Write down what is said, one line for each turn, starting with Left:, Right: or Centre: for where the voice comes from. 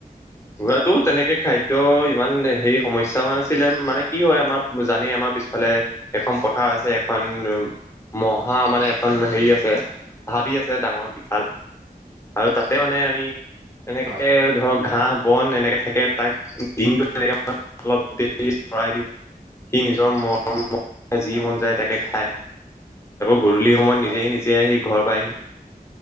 Left: ঘোঁৰাটোক তেনেকে খাদ্য ইমান হেৰি সমস্যা হোৱা নাছিলে মানে কি হয় আমাৰ জানেই আমাৰ পিছফালে এখন পথাৰ আছে এখন উ মহা মানে এখন হেৰি আছে হাবি আছে ডাঙৰ বিশাল আৰু তাতে মানে আমি এনেকে
Right: হয়
Left: ধৰক ঘাঁহ বন এনেকে থাকে তাক <unintelligible> অলপ <unintelligible> ভৰাই দিওঁ সি নিজৰ মৰ যি
Right: হয়
Left: মন যায় তাকে খায় গধূলি সময়ত নিজেই
Right: হয়
Left: নিজে আহি ঘৰ পাই আহি